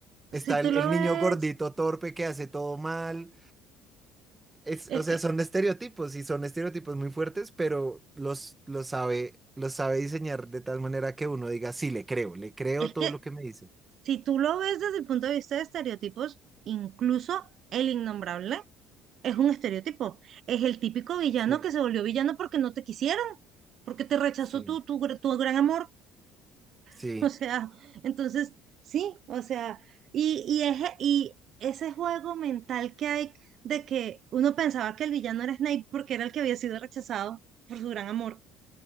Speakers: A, on the right; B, on the right.
A: está
B: si tú
A: el,
B: lo
A: el
B: ves,
A: niño gordito torpe que hace todo mal. Es,
B: es
A: o sea,
B: que,
A: son estereotipos y son estereotipos muy fuertes, pero los, los sabe, los sabe diseñar de tal manera que uno diga, sí, le creo, le creo
B: es
A: todo
B: que
A: lo que me dice.
B: si tú lo ves desde el punto de vista de estereotipos, incluso el innombrable es un estereotipo. Es el típico villano
A: Sí,
B: que se volvió villano porque no te quisieron, porque te rechazó
A: sí,
B: tu, tu, gr- tu gran amor.
A: sí,
B: <laughs> O sea, entonces, sí, o sea, y, y, eje- y ese juego mental que hay de que uno pensaba que el villano era Snape porque era el que había sido rechazado por su gran amor.